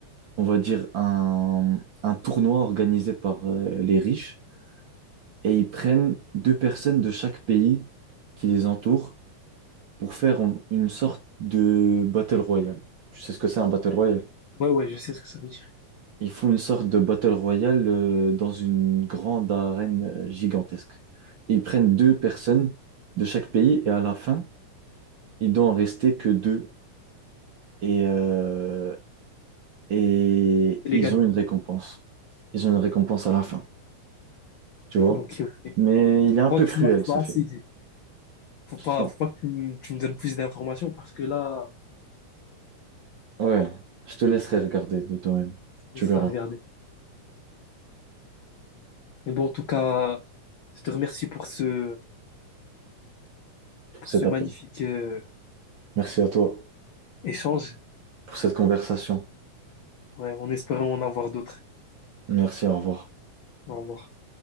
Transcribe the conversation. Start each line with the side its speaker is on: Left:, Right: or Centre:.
Right: on va dire, un, un tournoi organisé par euh, les riches, et ils prennent deux personnes de chaque pays qui les entourent pour faire en- une sorte de battle royale. Tu sais ce que c'est un battle royale?
Left: Ouais, ouais, je sais ce que ça veut dire.
Right: Ils font une sorte de battle royale euh, dans une grande arène euh, gigantesque. Et ils prennent deux personnes
Left: C'est
Right: de chaque pays, et à la fin, Il doit en rester que deux. Et, euh, et
Left: les
Right: ils
Left: gagnants.
Right: ont une récompense. Ils ont une récompense à la fin, tu vois.
Left: Ok, ok. Je
Right: Mais il est un
Left: crois
Right: peu
Left: que
Right: cruel,
Left: tu m'as tu
Right: ce
Left: m'as
Right: film.
Left: assez dit. Faut
Right: Sans-
Left: pas, faut pas que tu, me tu me donnes plus d'informations parce que là,
Right: Ouais, je te laisserai regarder de toi-même.
Left: il
Right: Tu
Left: sera
Right: verras
Left: regardé. Mais bon, en tout cas, je te remercie pour ce,
Right: pour
Left: pour
Right: cet
Left: ce
Right: appel.
Left: magnifique euh,
Right: Merci à toi
Left: échange.
Right: pour cette conversation.
Left: Ouais, en espérant en avoir d'autres.
Right: Merci, au revoir.
Left: Au revoir.